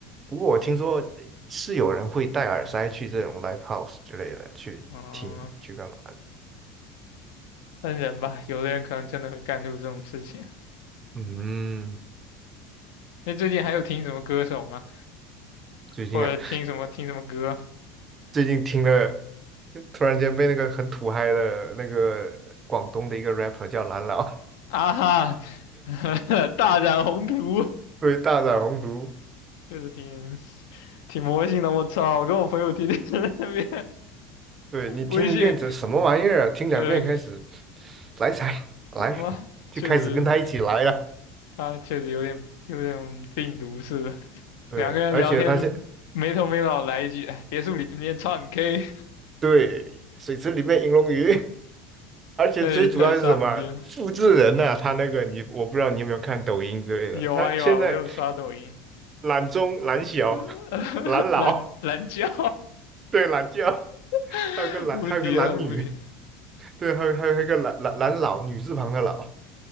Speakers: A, on the right; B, on the left.
A: 不过我听说是有人会戴耳塞去这种 live house 之类的去听去干嘛的。
B: 嗯，分人吧，有的人可能真的会干出这种事情。
A: 嗯，
B: 那最近还有听什么歌手吗？
A: 最近啊，
B: 或者听什么听什么歌
A: 最近听了，突然间被那个很土嗨的那个广东的一个 rapper 叫蓝老，
B: 啊？哈，<laughs> 大展宏图，
A: <laughs> 对大展宏图
B: 就是挺挺魔性的。我操！我跟我朋友天天 <laughs> 在那边
A: 对你听一遍这什么玩意儿啊？
B: 微信，
A: 听两遍开始
B: 对，
A: 来才来，
B: 哇，
A: 就开始跟他一起来了。
B: 确实，他确实有点有点病毒似的。
A: 对，
B: 两个人聊天没头没脑来一句，
A: 而且他是
B: 哎别墅里面唱 K，
A: 对水池里面银龙鱼，而且最主要是什么？
B: 太太傻逼了。
A: 复制人呐、他那个你我不知道你有没有看抖音之类的，
B: 有啊有啊，
A: 他现在
B: 我有刷抖音，
A: 懒中、懒小、
B: <laughs>
A: 懒老，
B: 懒懒觉，
A: 对，懒觉，
B: <laughs>
A: 还有个懒，
B: 无敌了无敌！
A: 还有个懒女，对，还有还有一个懒懒懒老，女字旁的老。